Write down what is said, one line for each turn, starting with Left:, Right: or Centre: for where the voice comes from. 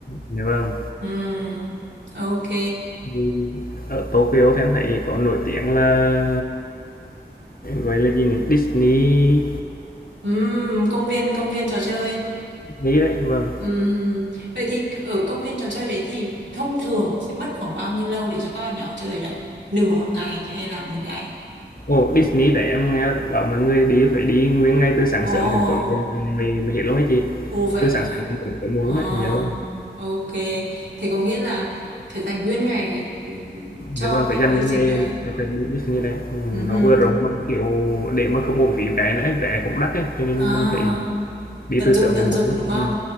Left: dạ vâng.
Right: Ừ, ok.
Left: Thì ở Tokyo thì em thấy có nổi tiếng là gọi là gì nhỉ? Disney
Right: Ừ, công viên công viên trò chơi.
Left: Disney đấy, vâng.
Right: Ừ, vậy thì ở công viên trò chơi đấy thì thông thường sẽ mất khoảng bao nhiêu lâu để cho các bạn nhỏ chơi đấy? Nửa ngày hay là một ngày?
Left: Ồ, Disney để em nghe bảo mọi người đi phải đi nguyên ngay từ sáng
Right: Ồ,
Left: sớm đến tối muộn thì mới mới hết luôn ấy chị.
Right: ồ vậy
Left: Từ sáng
Right: hả?
Left: sớm đến tối tối muộn
Right: Ờ,
Left: ấy, dạ vâng.
Right: ok. Thế có nghĩa là phải dành nguyên ngày ừ, cho
Left: Dạ vâng, phải
Right: cái,
Left: dành
Right: cái
Left: cái
Right: lịch
Left: ngày
Right: trình đấy.
Left: cái ngày đi Disney này, ừm,
Right: Ừ, hừ.
Left: nó vừa rộng mà, kiểu, để mà không uổng phí vé nữa ấy, vé cũng đắt ấy, cho nên
Right: à,
Left: mình phải đi
Right: tận
Left: từ
Right: dụng
Left: sớm
Right: tận
Left: để muộn
Right: dụng đúng không?
Left: Vâng,